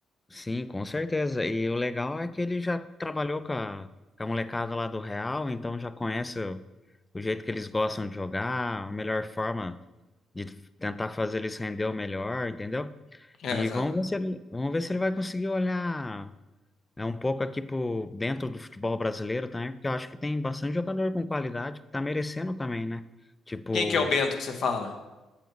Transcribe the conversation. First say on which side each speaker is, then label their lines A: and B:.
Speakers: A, on the left; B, on the left.
A: sim, com certeza. E o legal é que ele já trabalhou com a, com a molecada lá do Real, então já conhece o, o jeito que eles gostam de jogar, a melhor forma de tentar fazer eles render o melhor, entendeu?
B: É,
A: E
B: exato.
A: vamos ver se ele, vamos ver se ele vai conseguir olhar É um pouco aqui por dentro do futebol brasileiro também, porque eu acho que tem bastante jogador com qualidade que tá merecendo também, né? Tipo,
B: Quem que é o Bento que você fala?